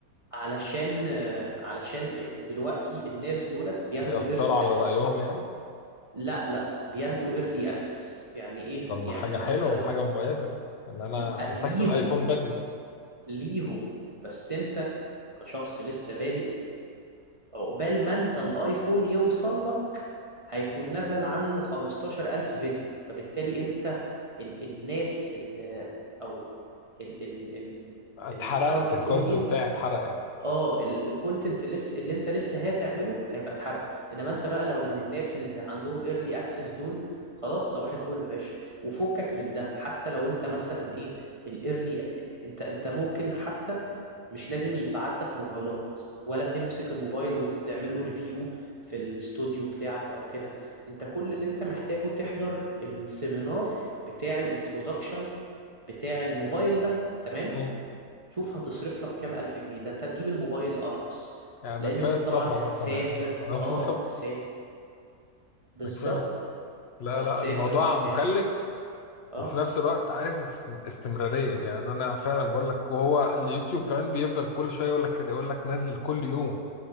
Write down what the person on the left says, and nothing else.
بيأثروا
على
رأيهم يعني
طب ما
حاجة حلوة
وحاجة مميزة ان انا
مسكت
الايفون بدري
اتحرقت
الكونت
بتاعي اتحرق يعني
مم.
يعني
ده كفايه
السفر
اصلا هيبقى <laughs> اه
بالظبط
ده كفايه لا
لا الموضوع
مكلف
وفي نفس الوقت عايز اس- استمراريه يعني انا فعلا بقول لك وهو اليوتيوب كمان بيفضل كل شويه يقول لك كده يقول لك نزل كل يوم